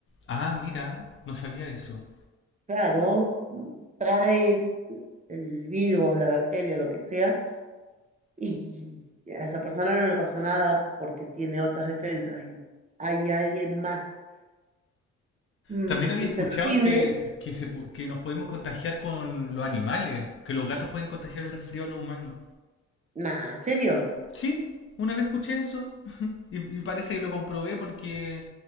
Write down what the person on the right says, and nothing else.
Claro, mm, trae el virus, la bacteria, lo que sea, y a esa persona no le pasó nada porque tiene otras defensas y hay alguien más mm,
susceptible.
Nada, ¿en serio?